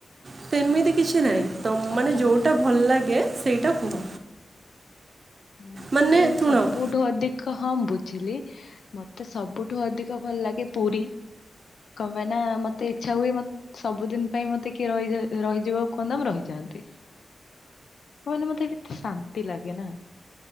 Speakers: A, on the right; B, on the left.
A: ସେମିତି କିଛି ନାଇଁ। ତ
B: ପାଖାପାଖି
A: ମାନେ ଯୋଉଟା ଭଲ ଲାଗେ ସେଇଟା କୁହ।
B: ମତେ
A: ମାନେ ଶୁଣ
B: ସବୁଠୁ ଅଧିକ ହମ୍ବୁ ଝିଲି ମତେ ସବୁଠୁ ଅଧିକ ଭଲ ଲାଗେ ପୁରୀ କଣ ପାଇଁ ନା ମତେ ଇଚ୍ଛା ହୁଏ ସବୁଦିନ ପାଇଁ ମତେ କିଏ ରହି ରହିଯିବାକୁ କୁହନ୍ତା ମୁଁ ରହିଯାଆନ୍ତି କୁହନି ମତେ କେତେ ଶାନ୍ତି ଲାଗେ ନା।